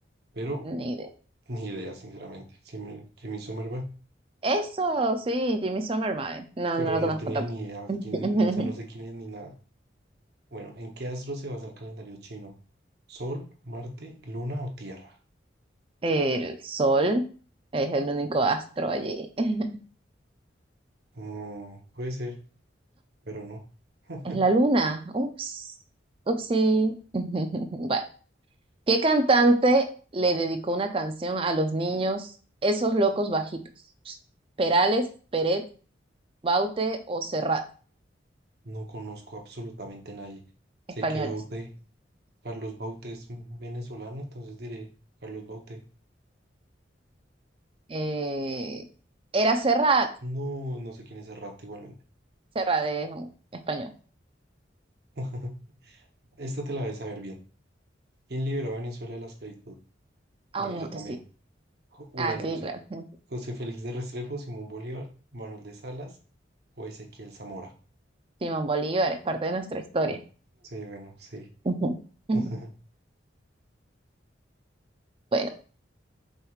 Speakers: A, on the right; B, on the right.
A: Pero
B: ni idea.
A: ni idea, sinceramente. Sí me- Jimmy Somerville.
B: Eso sí, Jimmy Somerville. No,
A: Pero
B: no lo
A: no
B: conozco.
A: tenía ni idea
B: <laughs>
A: quién, o sea, no sé quién es ni nada. Bueno, ¿en qué astro se basa el calendario chino? ¿Sol, Marte, Luna o Tierra?
B: El sol es el único astro allí. <laughs>
A: Mm, puede ser, pero no. <laughs>
B: Es la luna. Ups. Upsi. <laughs> Bueno, ¿qué cantante le dedicó una canción a los niños, esos locos bajitos? Perales, Peret, Baute o Serrat,
A: No conozco absolutamente nadie. Sé
B: españoles.
A: que Bauté, Carlos Bauté es venezolano, entonces diré Carlos Bauté.
B: Eh, era Serrat.
A: No, no sé quién es el rato igualmente.
B: Serrat es un español.
A: <laughs> Esta te la vas a ver bien. ¿Quién liberó a Venezuela de la esclavitud?
B: Ah,
A: Bueno,
B: yo,
A: yo
B: ok.
A: también. Jo- o
B: Ah,
A: bueno,
B: sí.
A: no sé.
B: <laughs> Ujú.
A: José Félix de Restrepo, Simón Bolívar, Manuel de Salas o Ezequiel Zamora.
B: Simón Bolívar es parte de nuestra historia.
A: Sí, bueno, sí.
B: Ujú. Ujú.
A: <laughs>
B: Bueno,